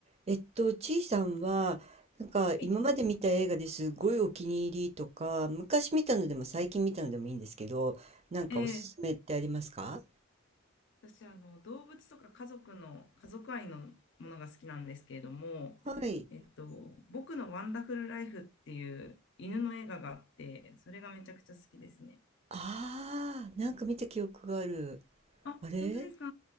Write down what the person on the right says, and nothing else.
えっと、ちいさんは、なんか今まで見た映画ですごいお気に入りとか、
昔見たのでも最近見たのでもいいんですけど、なんかおすすめってありますか
はい。
ああ、なんか見た記憶がある。
あれ